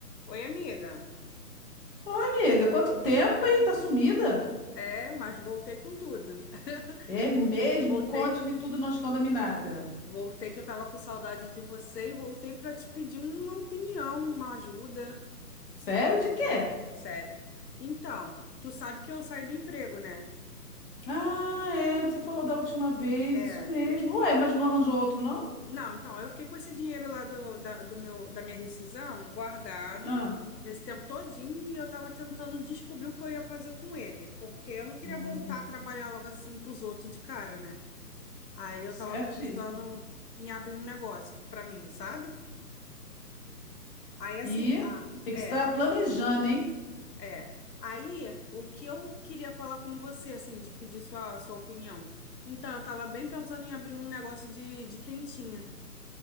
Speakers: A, on the left (about 80°); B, on the left (about 35°).
A: Oi, amiga.
B: Oi, amiga, quanto tempo, hein? Tá sumida?
A: É, mas voltei com tudo. <laughs>
B: É mesmo?
A: Vol- Voltei
B: Conte-me
A: que,
B: tudo, não esconda-me nada.
A: voltei que eu tava com saudade de você e voltei para te pedir uma opinião, uma ajuda.
B: Sério, de quê?
A: Sério. Então, tu sabe que eu saí do emprego, né?
B: Ah, é, você falou da última vez,
A: É.
B: isso mesmo. Ué, mas não arranjou outro, não?
A: Não, então, eu fiquei com esse dinheiro lá do, da, do meu, da minha rescisão guardada
B: Ah,
A: esse tempo todinho e eu tava tentando descobrir o que eu ia fazer com ele, porque eu não queria
B: hum,
A: voltar a trabalhar logo assim pros outros de cara, né? Aí eu
B: certíssimo.
A: tava pensando em abrir um negócio pra mim, sabe? Aí assim,
B: E o
A: ah,
B: que
A: é,
B: que você está planejando, hein?
A: é. Aí o que eu queria falar com você, assim, de pedir sua, sua opinião. Então, eu tava bem pensando em abrir um negócio de, de quentinha,